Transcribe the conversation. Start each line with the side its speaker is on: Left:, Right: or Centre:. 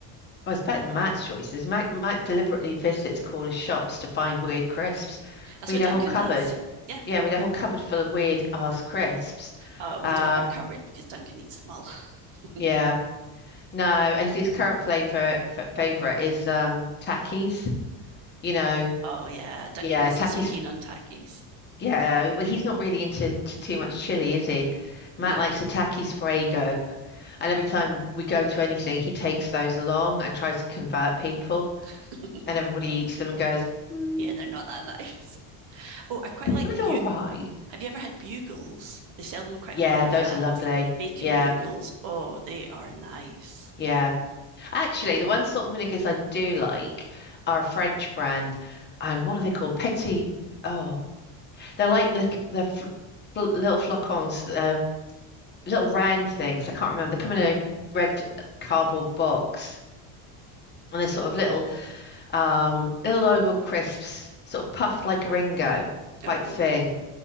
Left: Oh, it's better than Matt's choices. Matt Matt deliberately visits corner shops to find weird crisps.
Right: That's
Left: We
Right: what
Left: had
Right: Duncan
Left: a whole cupboard.
Right: does. Yeah,
Left: Yeah, we had a whole cupboard full of weird ass crisps.
Right: uh, we
Left: Um,
Right: don't have a cupboard because Duncan eats them all. <laughs>
Left: yeah. No, his, his current flavor f favorite is um Takis. You know,
Right: oh yeah, Duncan
Left: yeah,
Right: wasn't
Left: Takis
Right: so keen on takis.
Left: Yeah, well, he's not really into to too much chili, is he? Matt
Right: No,
Left: likes the Takis Fuego, and every time we go to anything, he takes those along and tries to convert people,
Right: <laughs>
Left: and everybody eats them and goes, mm,
Right: yeah, they're not that <laughs> nice. Oh, I quite
Left: "Well,
Right: like
Left: they're
Right: bug.
Left: all right."
Right: Have you ever had bugles? They sell them quite
Left: Yeah,
Right: a lot in
Left: those
Right: France.
Left: are lovely.
Right: Bacon
Left: Yeah,
Right: bugles. Oh, they are nice.
Left: yeah. Actually, the one salt and vinegars I do like are a French brand, and what are they called? Petit. Oh, they're like little, they're fl fl little flocons, uh, little round things. I can't remember. They come in a red cardboard box and they're sort of little um little oval crisps, sort of puffed like a Ringo, quite
Right: Oh,
Left: thin.